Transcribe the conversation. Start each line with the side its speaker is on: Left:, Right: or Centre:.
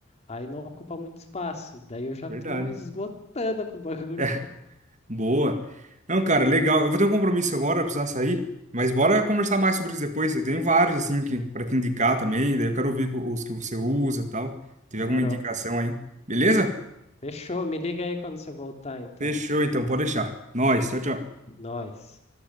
Left: aí não ocupa muito espaço. E daí eu já
Right: Verdade.
Left: tô esgotando com o bagulho.
Right: É,
Left: <laughs>
Right: Boa. Não, cara, legal. Eu vou ter um compromisso agora, eu precisar sair. Mas bora conversar mais sobre isso depois. Eu tenho vários, assim, que, pra te indicar também. Daí eu quero ouvir co- os que você usa e tal. Tiver
Left: Demorou.
Right: alguma indicação aí. Beleza?
Left: Fechou, me liga aí quando você voltar, então.
Right: Fechou, então. Pode deixar. Nós. Tchau, tchau.
Left: Nós.